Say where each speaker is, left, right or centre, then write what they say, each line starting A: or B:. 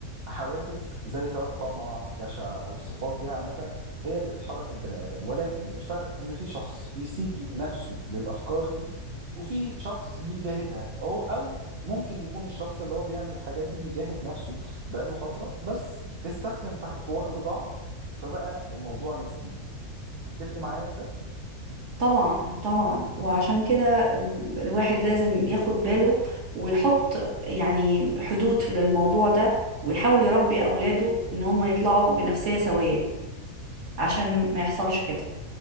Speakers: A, on the right; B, on the right.
A: حوافز زي سواء طمع جشع او الصفات دي عامه هي اللي بتحرك البني ادم ولكن الفرق ان في شخص بيسيب نفسه للافكار دي وفي شخص بيجاهدها او او ممكن يكون الشخص اللي هو بيعمل الحاجات دي بيجاهد نفسه بقاله فتره بس استسلم في في وقت ضعف فبقى الموضوع نسبي تتفق معايا في ده
B: طبعا طبعا وعشان كده م، الواحد لازم ياخد باله ويحط يعني حدود للموضوع ده ويحاول يربي أولاده إن هم يطلعوا بنفسية سوية عشان ما يحصلش كده